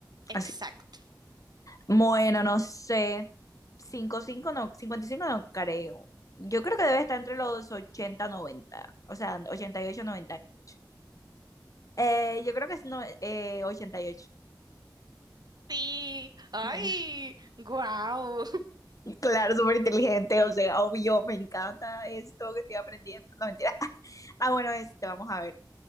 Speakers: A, on the left; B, on the right.
A: así.
B: Exacto.
A: Bueno, no sé, cinco cinco no, 55 no creo. Yo creo que debe estar entre los 80 90 o sea, 88, 98. Eh, yo creo que es no, eh, 88.
B: Sí. ¡Ay!
A: Bueno,
B: ¡Guau!
A: Claro, súper inteligente, o sea, obvio, me encanta esto que estoy aprendiendo. No, mentira. <laughs> Ah, bueno, este, vamos a ver.